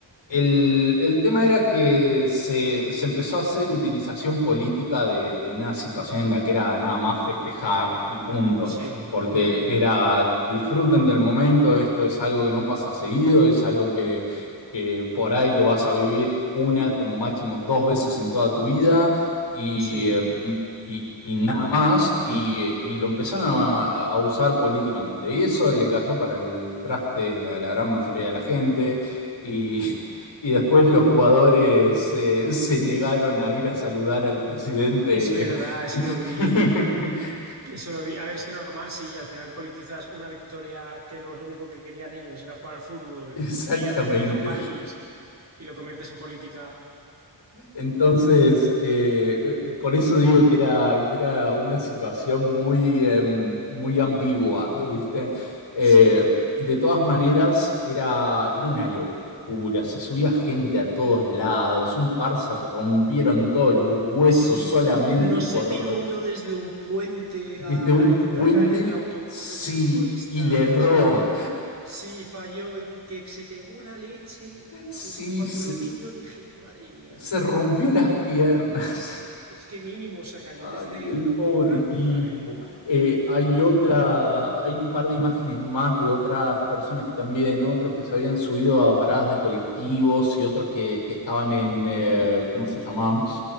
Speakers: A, on the left; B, on the right.
A: el, el tema era que se, se empezó a hacer utilización política de, de una situación en la que era nada más festejar y punto,
B: Sí,
A: porque era disfruten del momento, esto es algo que no pasa seguido, es algo que, que por ahí lo vas a vivir una, como máximo dos veces en toda tu vida. Y
B: sí.
A: eh, y, y nada más, y, eh, y lo empezaron a, a usar políticamente. Y eso le cayó para el traste a la gran mayoría de la gente, y, <laughs> y después los jugadores eh, se negaron a ir a saludar al presidente.
B: Es verdad,
A: <laughs>
B: eso lo vi. Eso lo vi. A ver, es que normal si al final politizas una victoria que lo único que querían ellos era jugar al fútbol
A: Exactamente.
B: y hacer feliz a un país y lo conviertes en política
A: Entonces, eh, por eso digo que era, que era una situación muy, em, muy ambigua, ¿viste? Eh,
B: Sí.
A: de todas maneras, era, era una locura, se subía gente a todos lados, un par se rompieron todos los huesos
B: Si
A: solamente
B: no se
A: por,
B: tiró uno desde un puente
A: desde
B: a, a
A: un
B: intentar
A: puente,
B: caer en el autobús
A: sí,
B: de los futbolistas,
A: y le erró,
B: sí falló y que se pegó una leche
A: sí,
B: que cuando
A: se
B: lo vi yo dije, madre mía,
A: se rompió las piernas.
B: es que mínimo se cayó
A: Ay,
B: desde
A: el
B: una
A: pobre
B: muy buena altura,
A: tipo.
B: ¿eh?
A: Eh, hay otra, hay un par de imágenes más de otras personas que también, ¿no? otros que se habían subido a paradas de colectivos y otros que, que estaban en, eh, ¿cómo se llamaban?